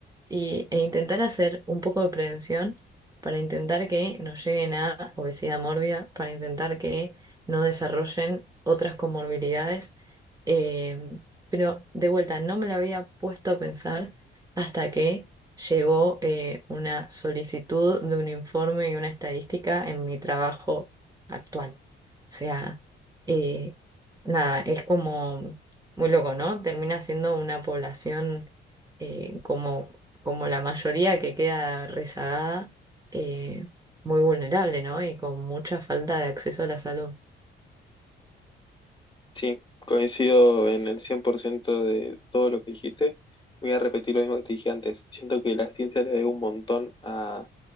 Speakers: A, on the right; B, on the left.
A: y- e intentar hacer un poco de prevención para intentar que no lleguen a obesidad mórbida, para intentar que no desarrollen otras comorbilidades. Eh, pero de vuelta, no me lo había puesto a pensar hasta que llegó eh, una solicitud de un informe y una estadística en mi trabajo actual. O sea, eh, nada, es como muy loco, ¿no? Termina siendo una población eh, como, como la mayoría que queda rezagada, eh, muy vulnerable, ¿no? Y con mucha falta de acceso a la salud.
B: Sí, coincido en el 100% de todo lo que dijiste. Voy a repetir lo mismo que te dije antes. Siento que la ciencia le debe un montón a